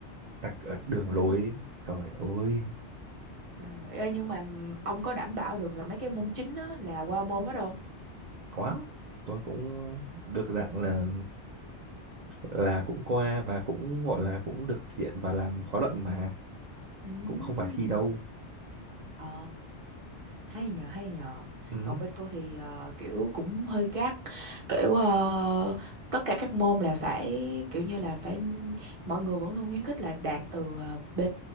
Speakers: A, on the right (about 55°); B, on the right (about 30°).
A: tạch ở đường
B: đúng đúng
A: lối
B: đúng
A: trời ơi
B: trời ơi Ê, nhưng mà ông có đảm bảo được là mấy cái môn chính á là qua môn hết không
A: quá tôi cũng được dạng là là cũng qua và cũng gọi là cũng được diện và làm khóa luận mà
B: Ừm.
A: cũng không phải thi đâu
B: Ờ, hay nhờ hay nhờ
A: ừ
B: còn bên tôi thì ờ, kiểu cũng hơi gắt kiểu ờ, tất cả các môn là phải kiểu như là phải mọi người vẫn luôn khuyến khích là đạt từ ờ, B